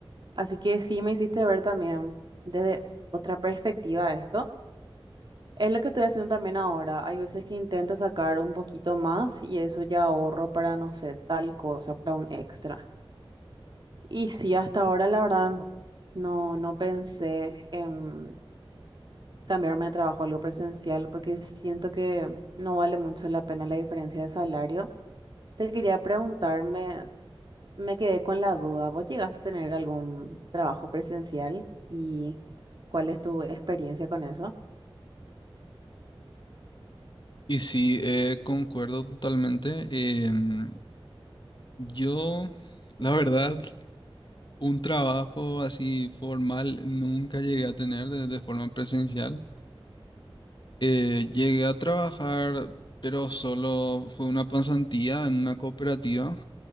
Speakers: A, on the right; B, on the left.
A: Así que sí me hiciste ver también desde otra perspectiva esto. Es lo que estoy haciendo también ahora. Hay veces que intento sacar un poquito más y eso ya ahorro para, no sé, tal cosa, para un extra. Y sí, hasta ahora la verdad no, no pensé en cambiarme de trabajo a algo presencial porque siento que no vale mucho la pena la diferencia de salario. Te quería preguntarme Me quedé con la duda. ¿Vos llegaste a tener algún trabajo presencial y cuál es tu experiencia con eso?
B: Y sí, eh, concuerdo totalmente. Em, yo, la verdad, un trabajo así formal nunca llegué a tener de, de forma presencial. Eh, llegué a trabajar, pero solo fue una pasantía en una cooperativa,